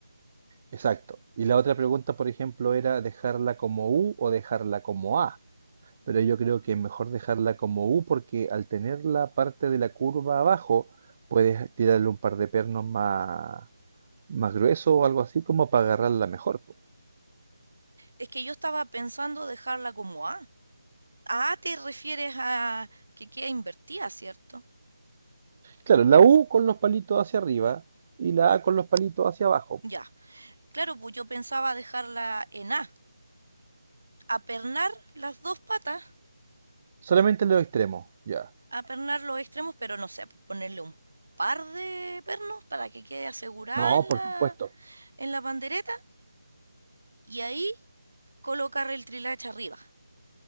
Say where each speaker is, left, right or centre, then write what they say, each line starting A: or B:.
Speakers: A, on the right; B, on the right.
A: exacto. Y la otra pregunta, por ejemplo, era dejarla como U o dejarla como A. Pero yo creo que es mejor dejarla como U porque al tener la parte de la curva abajo, puedes tirarle un par de pernos más, más gruesos o algo así como para agarrarla mejor, po.
B: Es que yo estaba pensando dejarla como A, Ah, te refieres a que queda invertida, ¿cierto?
A: Claro, la U con los palitos hacia arriba y la A con los palitos hacia abajo.
B: Ya. Claro, pues yo pensaba dejarla en A, apernar las dos patas,
A: Solamente los extremos, ya.
B: apernar los extremos, pero no sé, pues ponerle un par de pernos para que quede asegurada
A: No,
B: en
A: por
B: la,
A: supuesto.
B: en la pandereta y ahí colocar el trilacha arriba.